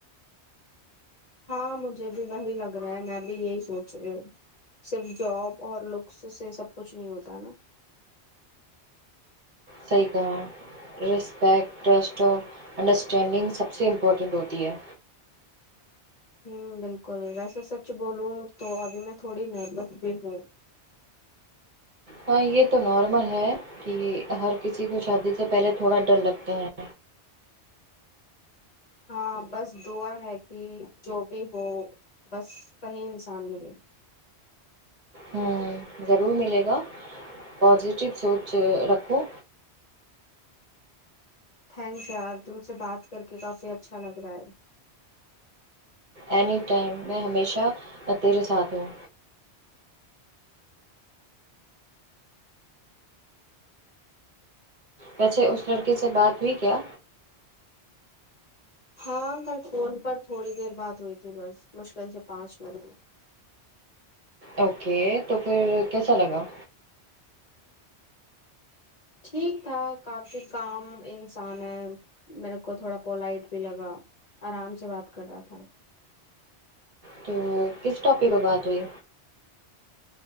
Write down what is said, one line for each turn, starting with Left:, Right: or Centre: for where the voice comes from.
Left: ہاں مجھے بھی وہی لگ رہا ہے میں بھی یہی سوچ رہی ہوں صرف جاب اور لکس سے سب کچھ نہیں ہوتا ہے نا
Right: صحیح کہا رسپیکٹ ٹرسٹ اور انڈرسٹینڈنگ سب سے امپورٹنٹ ہوتی ہے
Left: ہوں بالکل ویسے سچ بولوں تو ابھی میں تھوڑی نروس بھی ہوں
Right: ہاں یہ تو نارمل ہے کہ ہر کسی کو شادی سے پہلے تھوڑا ڈر لگتا ہے
Left: ہاں بس دعا ہے کہ جو بھی ہو بس صحیح انسان ملیں
Right: ہوں ضرور ملے گا پازیٹیو سوچ رکھو
Left: تھینکس یار تم سے بات کر کے کافی اچھا لگ رہا ہے
Right: اینی ٹائم میں ہمیشہ تیرے ساتھ ہوں ویسے اس لڑکے سے بات ہوئی کیا
Left: ہاں کل فون پر تھوڑی دیر بات ہوئی تھی بس مشکل سے پانچ منٹ
Right: اوکے تو پھر کیسا لگا
Left: ٹھیک تھا کافی کام انسان ہے میرے کو تھوڑا پولائٹ بھی لگا آرام سے بات کر رہا تھا
Right: تو کس ٹاپک پر بات ہوئی